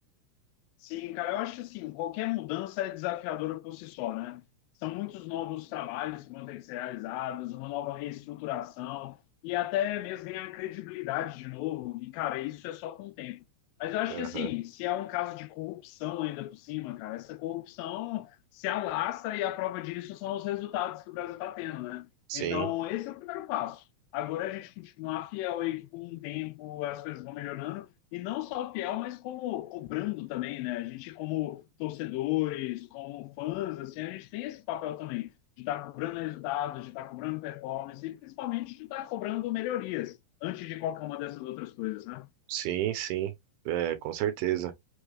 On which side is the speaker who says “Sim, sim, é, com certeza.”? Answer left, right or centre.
Right